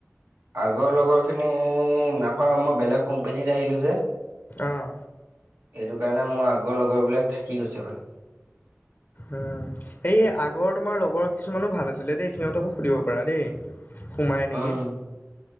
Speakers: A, on the right (about 55°); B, on the left (about 40°).
A: আগৰ লগৰখিনি নাপাওঁ মই বেলেগ কোম্পনীত আহিলো যে
B: আহ
A: সেইটো কাৰণে মোৰ আগৰ লগৰ বিলাক থাকি গৈছে মানে
B: উম এই আগৰ তোমাৰ লগৰ কিছুমানো ভাল আছিলে দেই সিহঁতকো সুধিব পাৰা দেই সোমাই নেকি
A: উম